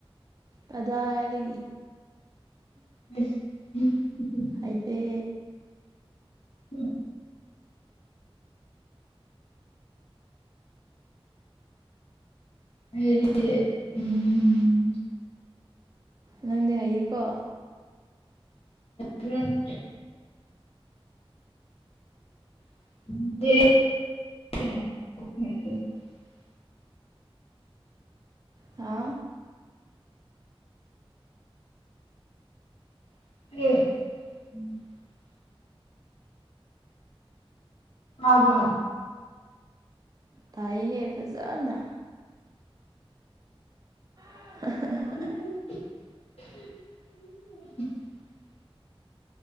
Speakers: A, on the right; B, on the left.
A: ꯀꯗꯥꯏꯗꯒꯤ
B: <unintelligible>
A: ꯑꯗꯤ
B: ꯎꯝ ꯍꯥꯏꯗꯤ ꯎꯝ
A: ꯅꯪꯗꯤ ꯍꯥꯏꯌꯦꯀꯣ
B: ꯍꯦ <unintelligible>
A: ꯍꯥ
B: <unintelligible> ꯑꯕ
A: ꯇꯥꯏꯍꯦ ꯐꯖꯅ <unintelligible>
B: ꯎꯝ